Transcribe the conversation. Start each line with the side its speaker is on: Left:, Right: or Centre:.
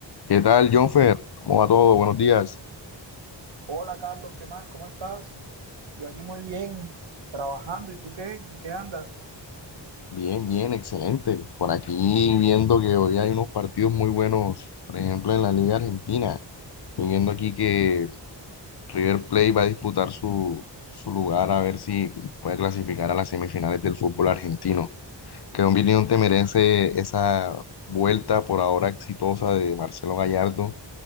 Left: ¿Qué tal, Jonfer? ¿Cómo va todo? Buenos días.
Right: Hola Carlos, ¿qué más? ¿Cómo estás? Yo aquí muy bien, trabajando. ¿Y tú qué? ¿En qué andas?
Left: Bien, bien, excelente. Por aquí viendo que hoy hay unos partidos muy buenos, por ejemplo, en la Liga Argentina. Estoy viendo aquí que River Plate va a disputar su, su lugar a ver si puede clasificar a las semifinales del fútbol argentino. ¿Qué opinión te merece esa vuelta por ahora exitosa de Marcelo Gallardo?